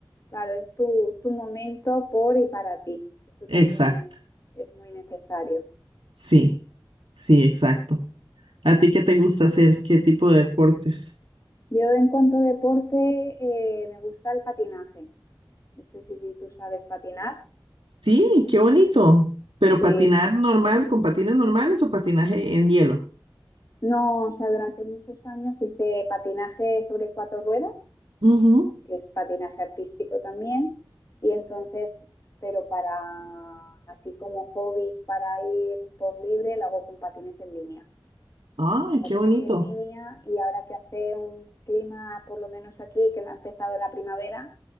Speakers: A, on the left; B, on the right.
A: claro, es tu, tu momento por y para ti, que eso
B: Exacto,
A: también es, es muy necesario.
B: sí, sí, exacto. ¿A ti qué te gusta hacer? ¿Qué tipo de deportes?
A: Yo en cuanto a deporte, eh, me gusta el patinaje. No sé si, si tú sabes patinar.
B: Sí, qué bonito. Pero
A: Sí,
B: patinar normal, con patines normales o patinaje en hielo.
A: no, o sea, durante muchos años hice patinaje sobre cuatro ruedas,
B: Ujú.
A: que es patinaje artístico también, y entonces, pero para, así como hobby, para ir por libre, lo hago con patines en línea.
B: Ay,
A: la
B: qué
A: tienes
B: bonito.
A: en línea y ahora que hace un clima, por lo menos aquí, que me ha empezado la primavera,